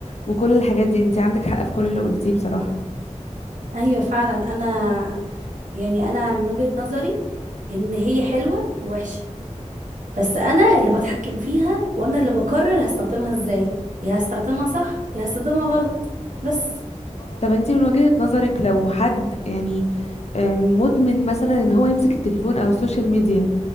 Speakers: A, on the left; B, on the right.
A: وكل الحاجات دي انت عندك حق في كل اللي قلتيه بصراحه
B: ايوه فعلا انا يعني انا من وجهة نظري ان هي حلوة ووحشة بس انا اللي بتحكم فيها وانا اللي بقرر هستخدمها ازاي يا هستخدمها صح يا هستخدمها غلط بس
A: طب انت من وجهه نظرك لو حد يعني آم، مدمن مثلا ان هو يمسك التليفون او السوشيال ميديا